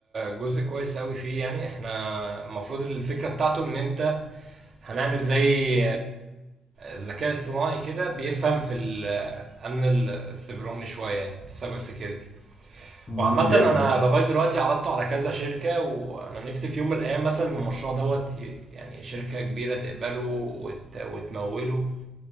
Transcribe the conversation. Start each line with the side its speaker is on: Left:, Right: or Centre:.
Right: لجزء كويس قوي فيه يعني احنا المفروض الفكره بتاعته ان انت هنعمل زي ذكاء اصطناعي كده بيفهم في الامن السيبراني شويه يعني في السايبر سيكيورتي
Left: امم
Right: وعامة
Left: جامد
Right: أنا
Left: ده
Right: لغاية دلوقتي عرضته على كذا شركة وأنا نفسي في يوم من الأيام مثلا المشروع دوت ي- يعني شركة كبيرة تقبله وت... وتموله